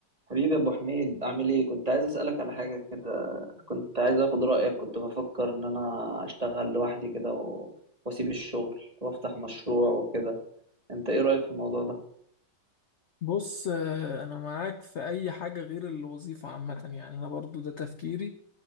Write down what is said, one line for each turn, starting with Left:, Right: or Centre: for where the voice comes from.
Right: حبيبي ابو حميد عامل ايه كنت عايز اسالك على حاجه كده كنت عايز اخد رايك كنت بفكر ان انا اشتغل لوحدي كده و... واسيب الشغل وافتح مشروع وكده انت ايه رايك في الموضوع ده
Left: بص آه، انا معاك في اي حاجه غير الوظيفه عامه يعني انا برضو ده تفكيري